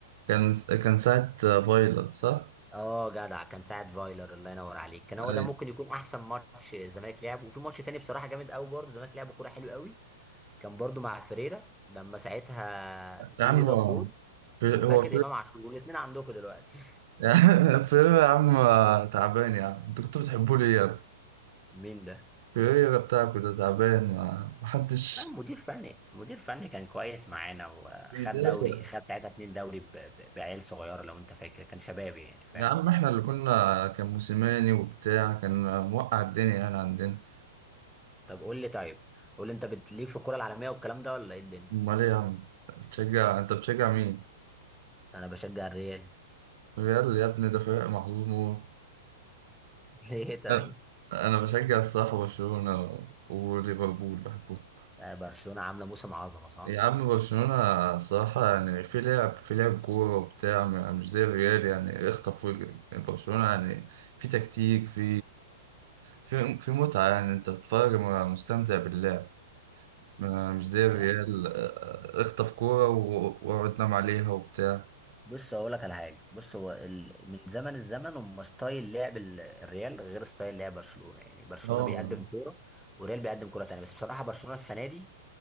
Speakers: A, on the right; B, in the centre.
A: كان كان ساعة فايلر صح؟
B: اه جدع كان ساعد فايلر الله ينور عليك كان هو
A: أيوه
B: ده ممكن يكون احسن ماتش الزمالك لعبه وفي ماتش تاني بصراحه جامد قوي برضه الزمالك لعبه كوره حلوه قوي كان برضه مع فريرة لما ساعتها زيزو
A: يا عم هو
B: جاب جول
A: هو
B: وفاكر امام عاشور الاثنين عندكم دلوقتي
A: يعني <laughs> في ايه يا عم
B: <laughs>
A: تعبان يا عم انتوا كنتوا بتحبوا لي يا ابني؟
B: مين ده؟
A: في ايه يا بتاعكوا ده تعبان ما- محدش
B: آه مدير فني مدير فني كان كويس معانا وخد
A: بيدافع
B: دوري خد ساعتها اتنين دوري ب- ب- بعيال صغيره لو انت فاكر كان شباب يعني فاهم
A: يا عم احنا اللي كنا كان موسيماني وبتاع كان موقع الدنيا يعني عندنا
B: طب قول لي طيب قول لي انت بتليك في الكره العالميه والكلام ده ولا ايه الدنيا؟
A: امال ايه يا عم بتشجع انت بتشجع مين
B: انا بشجع الريال
A: ريال يا ابني ده فريق محظوظ موت
B: <laughs> ليه طيب؟
A: انا أنا بشجع الصراحة برشلونة وليفربول بحبهم
B: آه، برشلونة عاملة موسم عظمة صح؟
A: يا عم برشلونة صراحة يعني في لعب في لعب كورة وبتاع م- مش زي الريال يعني اخطف واجري يعني برشلونة يعني في تكتيك في في في متعة يعني انت بتتفرج م- مستمتع باللعب م- مش زي الريال
B: يعني
A: اه، اخطف كورة و- واقعد نام عليها وبتاع
B: بص أقول لك على حاجة بص هو ال... من زمن الزمن هم ستايل لعب ال- الريال غير ستايل لعب برشلونة يعني برشلونة
A: اه
B: بيقدم كورة والريال بيقدم كورة تانية بس بصراحة برشلونة السنة دي